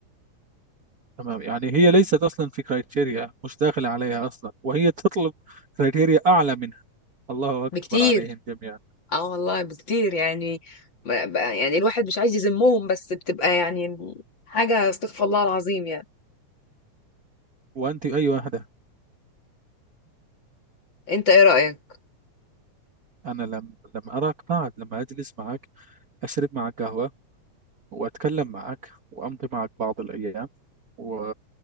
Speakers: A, on the right; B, on the left.
A: تمام يعني هي ليست أصلا في كرايتيريا مش داخلة عليها أصلا وهي تطلب كرايتيريا أعلى منها الله أكبر
B: بكتير
A: عليهم جميعا
B: اه والله بكتير يعني ب- ب- يعني الواحد مش عايز يذمهم بس بتبقى يعني حاجه استغفر الله العظيم يعني
A: وأنت أي واحدة
B: انت ايه رايك
A: أنا لم لما أراك بعد لما أجلس معك أشرب معك قهوة وأتكلم معك وأمضي معك بعض الأيام و